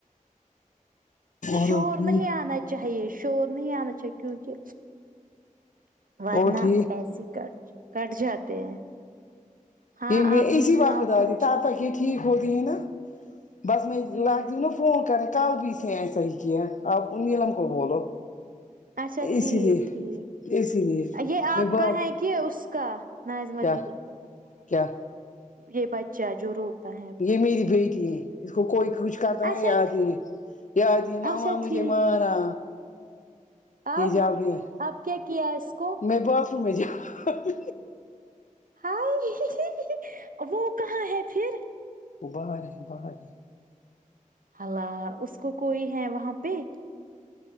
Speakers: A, on the left (about 65°); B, on the right (about 80°).
A: اور
B: شور
A: ٹھیک
B: نہیں آنا چاہیے شور نہیں آنا چاہیے کیونکہ ورنہ
A: اور ٹھیک
B: پیسے کٹ کٹ جاتے ہیں ہاں
A: یہ میں
B: آپ
A: اسی
B: ہی سناؤ
A: وقت د
B: کچھ
A: آ ت تک ٹھیک ہوتی ہے نا بس میں لاتی ہو نا فون کر کل بھی اسے ایسا ہی کیا اب نیلم کو بولو
B: اچھا ٹھیک
A: اسی لیے
B: ٹھیک
A: اسی لیے
B: یہ
A: میں
B: آپ
A: ب
B: کا ہے کہ اس کا ناظمہ
A: کیا
B: دیدی
A: کیا
B: یہ بچہ جو روتا ہے
A: یہ میری بیٹی ہے اس کو کوئی کچھ کرہا
B: اچھا
A: ہے یادیں
B: ٹھی-
A: یادیں ماما
B: اچھا
A: مجھے
B: ٹھیک
A: مارا یہ
B: اب
A: جاب نہیں ہے
B: آپ کیا کیا ہے اس کو
A: میں واش روم میں جاتی
B: ہاں ہی ہی ہی وہ کہاں ہے پھر
A: وہاں ہے وہاں ہے
B: اللہ اس کو کوئی ہے وہاں پہ